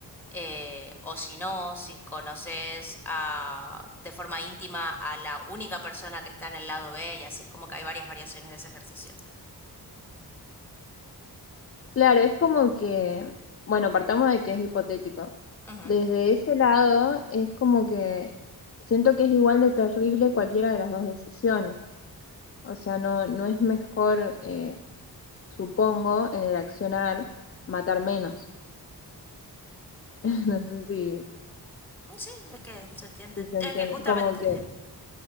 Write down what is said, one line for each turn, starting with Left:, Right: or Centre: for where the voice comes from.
Centre: eh, o si no, si conoces a- de forma íntima a la única persona que está en el lado B, y así es como que hay varias variaciones de ese ejercicio.
Left: Claro, es como que, bueno, partamos de que es hipotético.
Centre: Ujú.
Left: Desde ese lado, es como que siento que es igual de terrible cualquiera de las dos decisiones. O sea, no, no es mejor, eh, supongo, en el accionar matar menos. <laughs> No sé si,
Centre: Sí, es que se entiende.
Left: si se
Centre: Es
Left: entiende.
Centre: que justamente
Left: Como que,